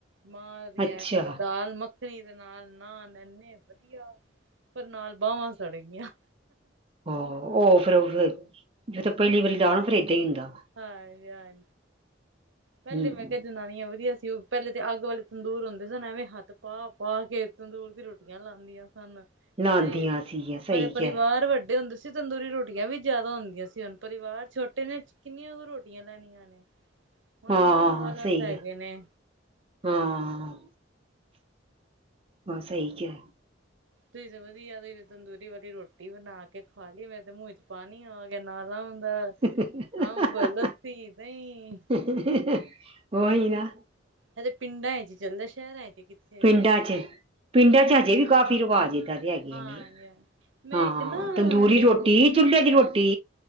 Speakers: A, on the right (about 70°); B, on the right (about 30°).
A: ਮਾਂ ਦੀ
B: ਅੱਛਾ
A: <inaudible> ਦਾਲ ਮੱਖ ਰੀਰ ਨਾਲ ਨਾਨ ਐਨੇ ਵਧੀਆ ਪਰ ਨਾਲ ਬਾਵਾ ਸੜ ਗਿਆ।
B: ਹੋ ਓ ਫੇਰ ਫੇਰ ਜਦੋ ਪੇਲੀ ਵਾਰੀ ਲਾਓ ਨਾ ਫੇਰ ਏਦਾ ਈ ਹੁੰਦਾ।
A: ਹਾਂ ਹਾਂ ਪੇਲੇ
B: ਹਮ
A: ਮੈਂ ਕਿਯਾ ਜਨਾਨੀਆ ਵਧੀਆ ਸੀ ਓ ਪੇਲੇ ਤੇ ਅੱਗ ਵਾਲੇ ਤੰਦੂਰ ਹੁੰਦੇ ਸਨ ਐਵੇ ਹੱਥ ਪਾ ਪਾ ਕੇ ਤੰਦੂਰ ਦੀ ਰੋਟ ਲਾਂਦੀਆ ਸਨ
B: ਲਾਉਂਦੀਆਂ
A: ਦੇ
B: ਸੀਗੀਆਂ ਸਹੀ
A: ਪਰੇ ਪਰਿਵਾਰ
B: ਕਿਹਾ
A: ਵੱਡੇ ਹੁੰਦੇ ਸ ਤੰਦੂਰੀ ਰੋਟੀਆ ਵੀ ਜਾਦਾ ਹੁੰਦੀਆ ਸੀ ਹੁਨ ਪਰਿਵਾਰ ਛੋਟੇ ਨੇ ਕਿੰਨੀਆ ਕੁ ਰੋਟੀਆਂ ਲੈਨੀਆ ਨੇ। ਹੁਣ
B: ਹਾਂ
A: ਓਨੇ ਹੀ ਆਲਸ
B: ਸਹੀ
A: ਹੈਗੇ
B: ਐ।
A: ਨੇ
B: ਹਾਂ ਹਾਂ ਸਹੀ ਕਆ।
A: ਤੁਸੀ ਤੇ ਵਧੀਆ ਤੁਸੀ ਤੇ ਤੰਦੂਰੀ ਵਲੀ ਰੋਟੀ ਬਨਾ ਕੇ ਖਾ ਲੀ ਮੈਂ ਤੇ ਮੂੰਹ ਚ ਪਾਨੀ ਆ ਗਆ ਨਾਲਾ ਓਂਦਾ
B: ਕਿਹਾ
A: ਅੰਬ ਲੱਸੀ ਦਈ।
B: <unintelligible> ਓਈ ਨਾ।
A: ਏ ਤੇ ਪਿੰਡਾ ਚ ਚੱਲਦਾ ਸ਼ੇਰਾ ਚ ਕਿੱਥੇ
B: ਪਿੰਡਾਂ
A: ਰਹਿ ਗਿਆ
B: 'ਚ, ਪਿੰਡਾਂ 'ਚ ਹਜੇ ਵੀ ਕਾਫ਼ੀ ਰਿਵਾਜ ਏ। ਦਾਦੀ ਹੈਗੇ
A: ਹਾਂਜੀ
B: ਨੇ,
A: ਹਾਂ ਮੈਂ
B: ਹਾਂ
A: ਇੱਕ ਨਾ
B: ਤੰਦੂਰੀ
A: ਲੇਡੀ
B: ਰੋਟੀ ਚੂਲ੍ਹੇ ਦੀ ਰੋਟੀ।